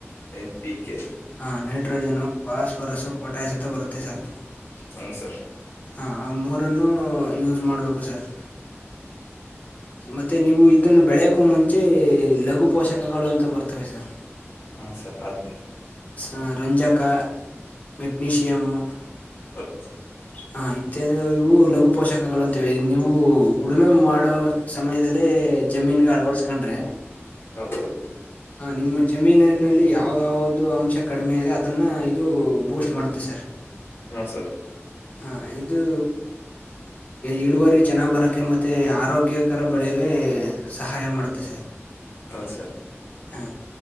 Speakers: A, on the left; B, on the left.
A: ಎನ್ ಪಿ ಕೆ
B: ಹಾಂ ನೈಟ್ರೋಜನು ಫಾಸ್ಫರಸು ಪೊಟ್ಯಾಷ್ ಅಂತ ಬರುತ್ತೆ ಸರ್.
A: ಹಾ ಸರ್.
B: ಹಾಂ ಆ ಮೂರನ್ನೂ ಯೂಸ್ ಮಾಡ್ಬೇಕು ಸರ್. ಮತ್ತೆ ನೀವು ಇದನ್ನ ಬೆಳೆಯಕ್ಕೂ ಮುಂಚೆ ಲಘು ಪೋಷಕಗಳು ಅಂತ ಬರ್ತವೆ ಸರ್.
A: ಹಾ ಸರ್ ಅದಕ್
B: ಸ ರಂಜಕಾ ಮೆಗ್ನೀಷಿಯಮ್ಮು.
A: ಓಕೆ ಸರ್
B: ಹ ಇತ್ಯಾದಿ ಇವು ಲಘು ಪೋಷಕಗಳು ಅಂತಿವೆ ನೀವು ಉಳುಮೆ ಮಾಡೋ ಸಮಯದಲ್ಲಿ ಜಮೀನ್ಗೆ ಅಳವಡ್ಸ್ಕೊಂಡ್ರೆ.
A: ಹೌದು
B: ಹ ನಿಮ್ಮ ಜಮೀನಿನಲ್ಲಿ ಯಾವಾವ್ದು ಅಂಶ ಕಡಿಮೆ ಇದೆ ಅದನ್ನ ಇದು ಬೂಸ್ಟ್ ಮಾಡುತ್ತೆ ಸರ್.
A: ಹ್ಞೂ ಸರ್
B: ಹ ಇದೂ ಇಳುವರಿ ಚೆನ್ನಾಗ್ ಬರೋಕೆ ಮತ್ತೆ ಆರೋಗ್ಯ ಕರ ಬೆಳೆಗೆ ಸಹಾಯ ಮಾಡುತ್ತೆ ಸರ್.
A: ಹೌದು ಸರ್.
B: ಹಾ